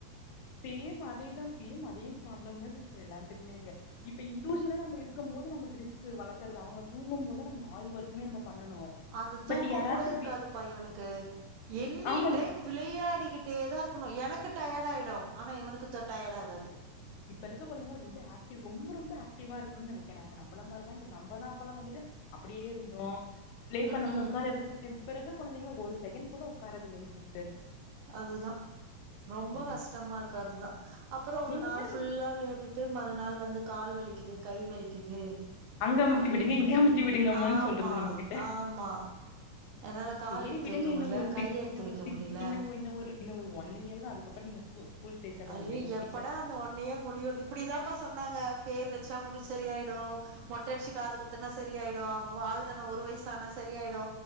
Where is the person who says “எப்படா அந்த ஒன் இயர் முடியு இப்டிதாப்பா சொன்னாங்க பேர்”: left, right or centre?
Right